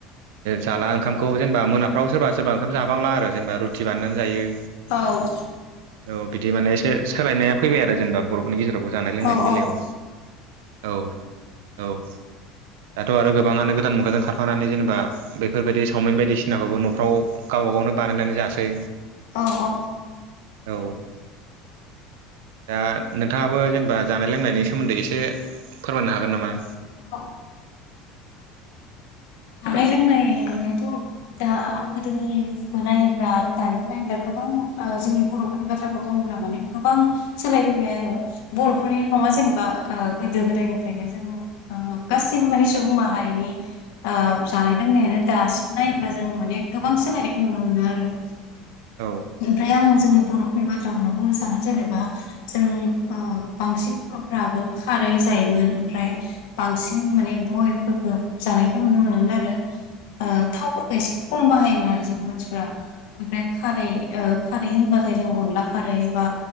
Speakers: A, on the right (about 85°); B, on the left (about 75°).
A: जाला ओंखामखौ जेनेबा मोनाफ्राव सोरबा सोरबा ओंखाम जाबांला आरो जेनेबा रुथि बाननानै जायो।
B: औ औ नंगौ
A: औ बिदि माने एसे सोलायनाया फैबाय आरो जेनेबा बर'फोरनि गेजेराव बो जानाय-लोंनायनि
B: औ औ
A: बेलायाव औ औ दाथ' आरो गोबाङानो गोदान मुगाजों खारफानानै जेनेबा बेफोरबायदि सावमिन बायदिसिनाखौबो न'फ्राव गावबा गावनो बानायनानै जासै
B: औ औ
A: औ दा नोंथाङाबो जेनेबा जानाय लोंनायनि सोमोन्दै एसे फोरमायनो हागोन नामा?
B: औ जानाय-लोंनायाथ' दां गोदोनिखौ नायोब्ला आरो दानिखौ नायोब्ला गोबां ओ जोंनि बर'फोरनि बाथ्राखौ बुङोब्ला माने गोबां सोलायबोैबाय आरो बर'फोरनि नङा जे बा ओ गोदो गोदायनिफ्रायनो जों ओ गासिबो मानिे सुबुं माहारिनि ओ जानाय-लोंनायानो दासिम नायोब्ला जों माने गोबां सोलायनायखौ नुनो मोनो आरो
A: औ अ
B: ओमफ्राय आं जोंनि बर'फोरनि बाथ्राखौनो बुंनो सानो जेनेबा जों ओ बांसिन बर'फ्रो खारै जायोमोन ओमफ्राय बांसिन माने बयलफोरखौ जानायखौ नुनो मोनोमोन आ रो ओ थावफोरखौ एसे खम बाहायोमोन आरो जोंनि मानसिफोरा ओमफ्राय खारै ओ खारै होनबा थाय जों अनला खारै बा